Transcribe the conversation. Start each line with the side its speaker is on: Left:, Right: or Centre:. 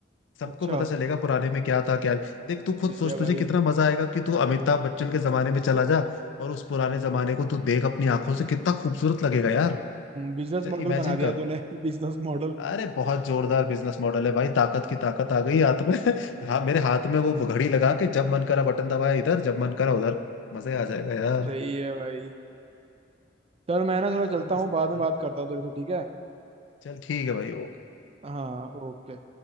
Left: सबको
Right: अच्छा
Left: पता चलेगा पुराने में क्या था क्या देख तू खुद
Right: सही
Left: सोच
Right: है भाई
Left: तुझे कितना मजा आएगा कि तू अमिताभ बच्चन के जमाने में चला जा और उस पुराने जमाने को तू देख अपनी आंखों से कितना खूबसूरत लगेगा यार
Right: बिजनेस मॉडल
Left: इमेजिन
Right: बना दिया
Left: कर
Right: तूने <laughs> बिजनेस मॉडल
Left: अरे बहुत जोरदार बिजनेस मॉडल है भाई ताकत की ताकत आ गई हाथ में <laughs> हाँ मेरे हाथ
Right: हम्म,
Left: में वो घड़ी लगा के जब मन करा बटन दबाया इधर जब मन करा उधर मजे आ जाएगा यार
Right: सही है भाई चल मैं ना थोड़ा
Left: यार
Right: चलता
Left: मस्त
Right: हूँ बाद
Left: है
Right: में
Left: यार
Right: बात करता हूँ तेरे से ठीक है
Left: चल ठीक है भाई ओके
Right: हाँ ओके